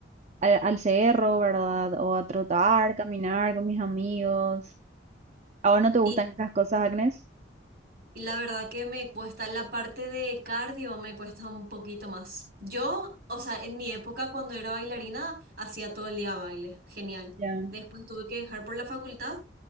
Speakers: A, on the right; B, on the right.
A: al, al cerro, ¿verdad? O a trotar,
B: Sí.
A: caminar con mis amigos. ¿A vos no te gustan
B: Y,
A: estas cosas, Agnes?
B: y la verdad que me cuesta, la parte de cardio me cuesta un poquito más. Yo, o sea, en mi época cuando era bailarina, hacía todo el día baile, genial.
A: Ya.
B: Después tuve que dejar por la facultad